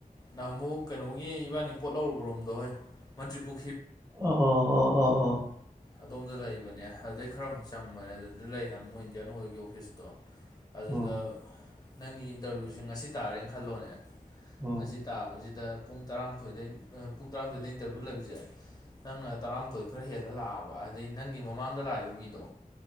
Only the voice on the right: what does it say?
ꯑ ꯑ ꯑ ꯑ ꯑ
ꯎꯝ
ꯎꯝ